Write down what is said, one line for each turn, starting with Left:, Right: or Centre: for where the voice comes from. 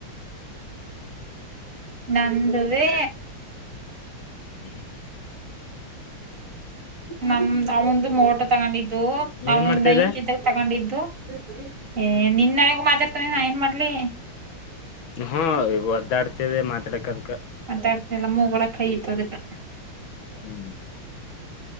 Right: ನಂದುವೆ.
Left: ಹ್ಮ
Right: ನಮ್ದ್ ಅವಂದು ಮೋಟೋ ತಗೊಂಡಿದ್ದು ಅವ
Left: ಏನ್ ಮಾಡ್ತಿದೆ
Right: ನೈನ್ತ್ ತಗೊಂಡಿದ್ದು ಏ <inaudible> ಮಾತಾಡ್ತೇನೆ ನಾ ಏನ್ ಮಾಡ್ಲಿ.
Left: ಹಾ ಒದ್ದಾ ಆಡ್ತಿದೆ ಮಾತಾಡಕದಕ.
Right: ಮಾತಡ್ತೀನಿ ಎಲ್ಲ ಮೂಗೊಳಗ್ ಕೈ ಇತ್ತು ಅದಕ್ಕೆ.
Left: ಹ್ಮ್